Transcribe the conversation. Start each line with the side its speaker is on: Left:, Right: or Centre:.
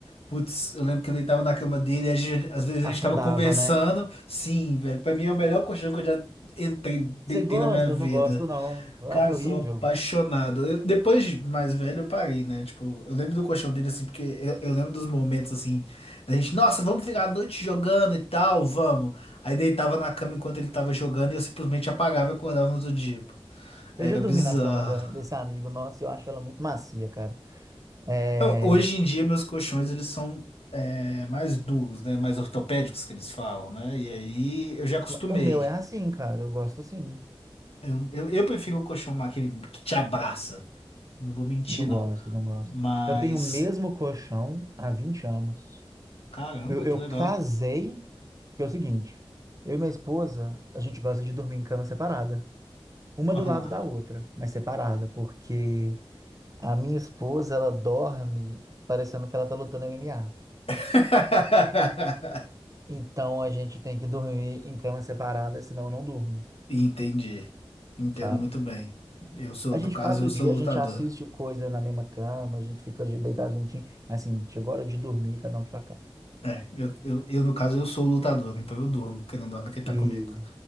Left: Putz, eu lembro que eu deitava na cama dele e a gente- às vezes a
Right: Afundava,
Left: gente tava conversando.
Right: né?
Left: Sim, velho, pra mim é o melhor colchão que eu já entrei, deitei
Right: Você gosta?
Left: na minha vida.
Right: Eu não gosto, não. Eu
Left: Cara,
Right: acho
Left: eu
Right: horrível.
Left: sou apaixonado. Eu- depois de mais velho, eu parei, né? Tipo, eu lembro do colchão dele, assim, porque eu, eu lembro dos momentos, assim, da gente, nossa, vamos virar a noite jogando e tal, vamos. Aí deitava na cama enquanto ele tava jogando e eu simplesmente apagava e acordava no outro dia, pô.
Right: Eu
Left: Era
Right: já dormi
Left: bizarro.
Right: na cama da- desse amigo nosso e eu acho ela muito macia, cara. É...
Left: Eu- hoje em dia, meus colchões, eles são, é, mais duros, né? Mais ortopédicos, que eles falam, né? E aí, eu já acostumei.
Right: O meu é assim, cara. Eu gosto sim.
Left: Eu, eu, eu prefiro o colchão aquele que te abraça. Não vou mentir,
Right: Não
Left: não.
Right: gosto, não gosto.
Left: Mas.
Right: Eu tenho o mesmo colchão há 20 anos.
Left: Caramba,
Right: Eu, eu
Left: que legal.
Right: casei, que é o seguinte, eu e minha esposa, a gente gosta de dormir em cama separada, uma
Left: Aham.
Right: do lado da outra, mas separada, porque a minha esposa, ela dorme parecendo que ela tá lutando MMA.
Left: <laughs>
Right: Então a gente tem que dormir em cama separada, senão eu não durmo,
Left: Entendi. Entendo
Right: sabe?
Left: muito bem. Eu sou,
Right: A
Left: no
Right: gente
Left: caso,
Right: passa
Left: eu
Right: o
Left: sou
Right: dia,
Left: lutador.
Right: a gente assiste coisa na mesma cama, a gente fica de- deitado juntinho, mas assim, chegou a hora de dormir, cada um pra sua cama.
Left: É, eu, eu, eu, no caso, eu sou o lutador, então eu durmo. Quem não dorme é quem tá
Right: E
Left: comigo.